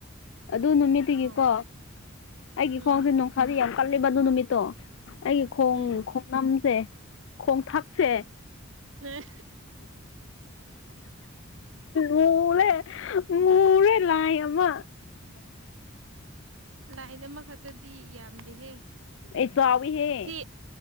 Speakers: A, on the left; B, on the right.
A: ꯑꯗꯨ ꯅꯨꯃꯤꯠꯇꯨꯒꯤꯀꯣ
B: ꯑꯥ
A: ꯑꯩꯒꯤ
B: ꯎꯝ
A: ꯈꯣꯡꯁꯦ ꯅꯨꯡꯁꯥꯗꯤ ꯌꯥꯝ ꯀꯜꯂꯦꯕ ꯑꯗꯨ ꯅꯨꯃꯤꯠꯇꯣ ꯑꯩꯒꯤ ꯈꯣꯡ
B: ꯎꯝ
A: ꯈꯣꯡꯅꯝꯁꯦ ꯈꯣꯡꯊꯥꯛꯁꯦ
B: ꯑ
A: ꯃꯔꯦ ꯃꯣꯔꯦ ꯂꯃ
B: ꯂꯥꯏꯟ ꯑꯃꯈꯛꯇꯗꯤ ꯌꯥꯝꯗꯦꯍꯦ
A: ꯑꯩ ꯆꯕꯤ ꯍꯦ
B: ꯁꯤ